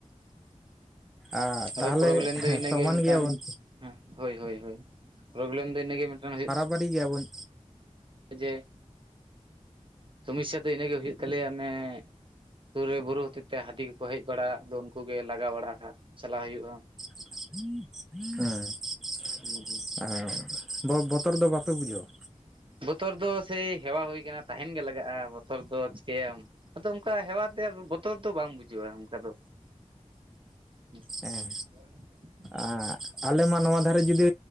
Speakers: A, in the centre; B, on the right.
A: ᱟ
B: ᱟᱫᱚ
A: ᱛᱟᱦᱞᱮ
B: ᱯᱨᱚᱵᱞᱮᱢ ᱫᱚ ᱤᱱᱟᱹᱜᱮ
A: ᱥᱚᱢᱟᱱ
B: ᱢᱤᱫᱴᱟᱝ
A: ᱜᱮᱭᱟ ᱵᱚᱱ᱾
B: ᱦᱮᱸ ᱦᱳᱭ - ᱦᱳᱭ - ᱦᱳᱭ ᱯᱳᱨᱚᱵᱮᱞᱮᱢ ᱫᱚ ᱤᱱᱟᱹᱜᱮ ᱢᱤᱫᱴᱟᱝ ᱦᱩᱭᱩᱜ
A: ᱵᱟᱹᱲᱤ ᱜᱮᱭᱟ ᱵᱚᱱ᱾
B: ᱡᱮ ᱥᱚᱢᱳᱥᱼᱥᱟ ᱫᱚ ᱤᱱᱟᱹ ᱜᱮ ᱦᱩᱭᱩᱜ ᱛᱟᱞᱮᱭᱟ ᱚᱱᱮ᱾ ᱥᱩᱨ ᱨᱮ ᱵᱩᱨᱩ ᱦᱚᱛᱮᱫ ᱛᱮ ᱦᱟᱹᱛᱤ ᱠᱚᱠᱚ ᱦᱮᱡ ᱵᱟᱲᱟᱜᱼᱟ, ᱟᱫᱚ ᱩᱱᱠᱩ ᱜᱮ ᱞᱟᱜᱟ ᱵᱟᱲᱟ ᱪᱟᱞᱟᱣ ᱦᱩᱭᱩᱜᱼᱟ᱾
A: ᱦᱮᱸ <unintelligible>
B: ᱦᱩᱸ ᱦᱩᱸ
A: ᱵᱚ ᱵᱚᱛᱚᱨ ᱫᱚ ᱵᱟᱯᱮ ᱵᱩᱡᱷᱟᱹᱣᱟ᱾
B: ᱵᱚᱛᱚᱨ ᱫᱚ ᱥᱮᱭ ᱦᱮᱣᱟ ᱦᱩᱭ ᱟᱠᱟᱱᱟ, ᱛᱟᱦᱮᱱ ᱜᱮ ᱞᱟᱜᱟᱜᱼᱟ, ᱵᱚᱛᱚᱨ ᱫᱚ ᱪᱮᱠᱟᱹᱭᱟᱢ᱾ ᱟᱫᱚ ᱚᱱᱠᱟ ᱦᱮᱣᱟ ᱛᱮ ᱵᱚᱛᱚᱨ ᱫᱚ ᱵᱟᱝ ᱵᱩᱡᱷᱟᱹᱣᱼᱟ ᱚᱱᱠᱟ ᱫᱚ᱾ ᱦᱮ <unintelligible>
A: ᱦᱮᱸ ᱟᱨ ᱟᱞᱮ ᱢᱟ ᱱᱚᱣᱟ ᱫᱷᱟᱨᱮ ᱡᱩᱫᱤ